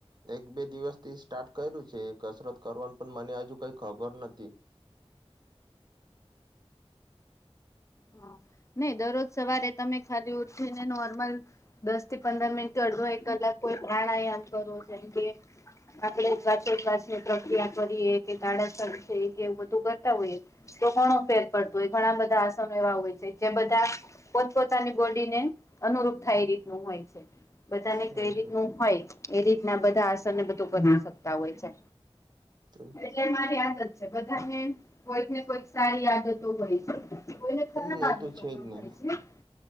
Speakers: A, on the right; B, on the left.
A: એક બે દિવસ થી સ્ટાર્ટ કર્યું છે કસરત કરવાનું પણ મને હજુ કઈ ખબર નથી.
B: હ નહી દરરોજ સવારે તમે ખાલી ઉઠીને નોર્મલ દસ થી પંદર મિનિટથી અડધો એક કલાક કોઈ પ્રાણાયામ કરો જેમ કે આપણે વાચો વાસની પ્રક્રિયા કરીએ કે ગાડા <unintelligible> કે બધું કરતા હોઈએ તો ધણો ફેર પડતો હોય. ઘણા બધા આસનો એવા હોય છે જ્યાં બધા પોતપોતાની બોડી ને અનુરૂપ થાય એ રીતનું હોય છે. બધાને
A: હમ
B: કઈ રીતનું
A: હમ
B: હોય એ રીતના બધા આસનને બધું કરી શકતા હોય છે.
A: ત્રુ?
B: એટલે મારી આદત છે બધાને કોઈકને કોઈક સારી આદતો હોય છે. કોઈને
A: હમ
B: ખરાબ
A: એ
B: આદતો
A: તો છે
B: પણ
A: જ ને
B: હોય છે